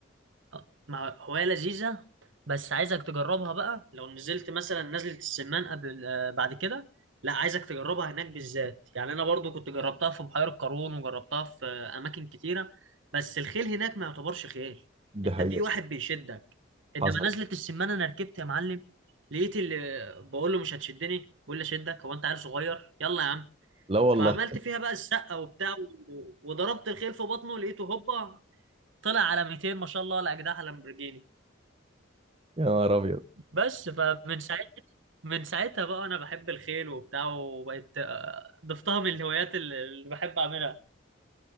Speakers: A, on the right (about 70°); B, on the right (about 30°).
A: آه، مع هواية لذيذة بس عايزك تجربها بقى لو نزلت مثلا نزلة السمان قبل آه، بعد كده لا عايزك تجربها هناك بالذات يعني انا برضو كنت جربتها في بحيرة قارون وجربتها في آه، اماكن كتيرة بس الخيل هناك ما يعتبرش خيل
B: دي
A: انت
B: حقيقة
A: في واحد بيشدك انما
B: حصل
A: نزلة السمان انا ركبت يا معلم لقيت اللي بقول له مش هتشدني بقول لي اشدك هو انت عيل صغير يلا يا عم
B: لا والله
A: فعملت فيها بقى السقه وبتاع و- وضربت الخيل في بطنه لقيته هوبا طلع على 200 ما شاء الله ولا اجنحه لامبرجيني
B: يا نهار أبيض
A: بس فمن ساعتها من ساعتها بقى انا بحب الخيل وبتاع وبقيت آه، ضفتها من الهوايات اللي اللي بحب اعملها